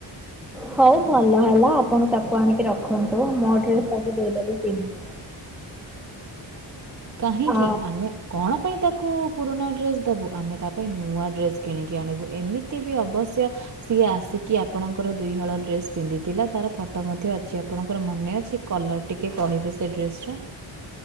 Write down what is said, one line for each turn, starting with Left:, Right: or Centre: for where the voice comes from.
Centre: ହଉ ଭଲ ହେଲା ଆପଣ ତାକୁ ଆଣିକି ରଖନ୍ତୁ ଆ ମୋ ଡ୍ରେସ ତାକୁ ଦେଇଦେବି ପିନ୍ଧ
Right: କାହିଁକି
Centre: ଆ
Right: ଆମେ କଣ ପାଇଁ ତାକୁ ପୁରୁଣା ଡ୍ରେସ୍ ଦେବୁ ଆମେ ତା ପାଇଁ ନୂଆ ଡ୍ରେସ୍ କିଣିକି ଆଣିବୁ ଏମିତି ବି ଅବଶ୍ୟ ସିଏ ଆସିକି ଆପଣଙ୍କର ଦୁଇହଳ ଡ୍ରେସ୍ ପିନ୍ଧିଥିଲା ତାର ଫଟୋ ମଧ୍ୟ ଅଛି ଆପଣଙ୍କର ମନେ ଅଛି କଲର। ଟିକିଏ କହିବେ ସେ ଡ୍ରେସ୍ରା।